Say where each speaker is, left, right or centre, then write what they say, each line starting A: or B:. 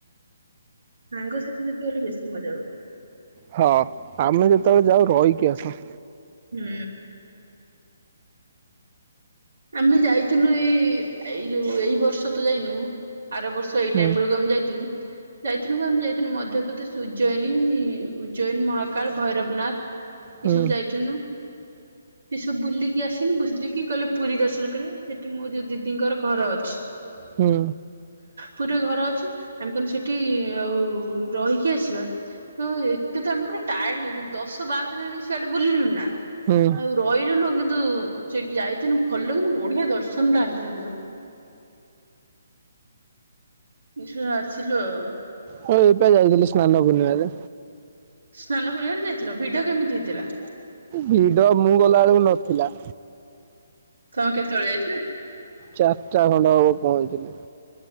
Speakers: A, on the right; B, on the right.
A: ସାଙ୍ଗ ସାଥି ସହିତ ଗଲେ ବେଶୀ ମଜା ହୁଏ।
B: ହ ଆମେ ଯେତେବେଳେ ଯାଉ ରହିକି ଆସୁ।
A: ହୁଁ। ଆମେ ଯାଇଥିନୁ ଏଇ ଏଇ ଯୋଉ ଏଇ ବର୍ଷ ତ ଯାଇନୁ ଆର ବର୍ଷ ଏଇ
B: ହୁଁ
A: ଟାଇମ୍ ବେଳୁକୁ ଆମେ ଯାଇଥିଲୁ। ଯାଇଥିନୁ ପା ଆମେ ଯାଇଥିନୁ ମଧ୍ୟପ୍ରଦେଶ ଉଜ୍ଜୈନୀ ଉଜ୍ଜୈନ ମହାକାଳ ଭୈରବନାଥ।
B: ହୁଁ
A: ଏ ସବୁ ଯାଇଥିନୁ ଏ ସବୁ ବୁଲିକି ଆସିନୁ ବୁଲିକି କହିଲେ ପୁରୀ ଦର୍ଶନ କରିବେ, ସେଠି ମୋ ଯୋଉ ଦିଦିଙ୍କର ଘର ଅଛି।
B: ହୁଁ।
A: ପୁରିରେ ଘର ଅଛି ଆମେ କହିନୁ ସେଠି ଆଉ ରହିକି ଆସିବା। ହ ଏତେ ତାପରେ ଟାୟାର୍ଡ ହେଇଯଛନ୍ତି ଦଶ ବାର ଦିନ ହେଣି ସିଆଡେ ବୁଲିଲୁଣି ନା।
B: ହଁ।
A: ତୁ ରହିଲୁନୁ କିନ୍ତୁ ସେଠି ଯାଇଥିନୁ ଭଲ କିନ୍ତୁ ବଢିଆ ଦର୍ଶନ ଟା ହେଦିନ। ଛୁଆ ଆସିଲୁ ଆଉ।
B: ହଁ ଏଇପା ଯାଇଥିଲି ସ୍ନାନ ପୂର୍ଣ୍ଣିିମାରେ।
A: ସ୍ନାନ ପୂର୍ଣ୍ଣିମାରେ ଯାଇଥିଲ ଭିଡ କେମିତି ହେଇଥିଲା?
B: ଭିଡ ମୁଁ ଗଲା ବେଳକୁ ନଥିଲା।
A: ତମେ କେତେବେଳେ ଯାଇଥିଲ କି?
B: ଚାର୍ ଟା ଖଣ୍ଡେ ହବ ପହଞ୍ଚିଲି।